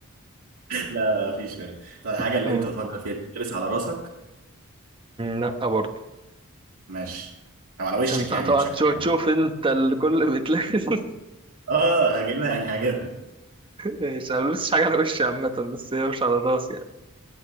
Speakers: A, on the right; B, on the right.
A: <laughs> لا لا ما فيش منها طب الحاجه
B: <laughs>
A: اللي
B: مم.
A: انت بتفكر فيها دي بتتلبس على راسك
B: لا برضه
A: ماشي او على وشك
B: انت
A: يعني
B: هتقعد
A: بشكل
B: تشوف,
A: عام
B: تشوف انت الكل بيتلبس <laughs>
A: اه هجيبها يعني هجيبها
B: ماشي انا ملبسش حاجة على وشي عامة بس هي مش على راسي يعني